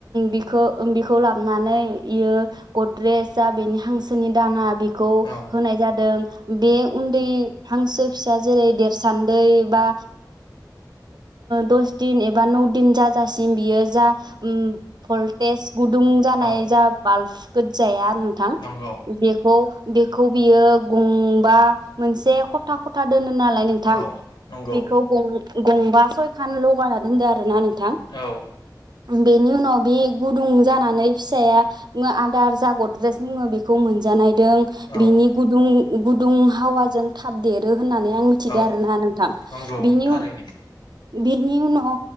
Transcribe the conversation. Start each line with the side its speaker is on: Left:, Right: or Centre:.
Right: बिखौ बिखौ लाबोनानै बियो गद्रेेज जा बेनि हांसोनि दाना बे खौ
Left: औ
Right: होनाय जादों बे उन्दै हांसो फिसा जेरै देरसान्दै बा दस दिन एबा नौ दिन जाजासिम बियो जा भल्टेज गुदुं जानाय
Left: औ
Right: जा बाल्ब गोज्जाया नोंथां
Left: नंगौ
Right: बेखौ बेखौ बियो गंबा मोनसे खथा - खथा दोनो नालाय नोंथां
Left: औ नंगौ
Right: बेखौ गंबा सयखान लगायना दोनदो आरो आरोना नोंथां
Left: औ
Right: बेनि उनाव बे गुदुं जानानै फिसाया आदार जागद एड्रेस बुङो बेखौ मोनजानाय बिनि
Left: औ
Right: गुदुं - गुदुं हावाजों थाब देरो होननानै आं मिथिदो
Left: औ
Right: आरोना नोंथां
Left: नंगौ
Right: बेनि
Left: थारैनो
Right: बेनि उनाव